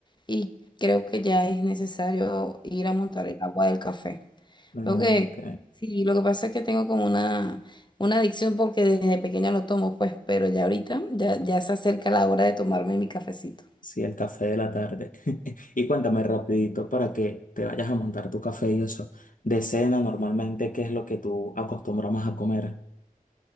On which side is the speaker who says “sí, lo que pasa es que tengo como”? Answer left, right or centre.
Left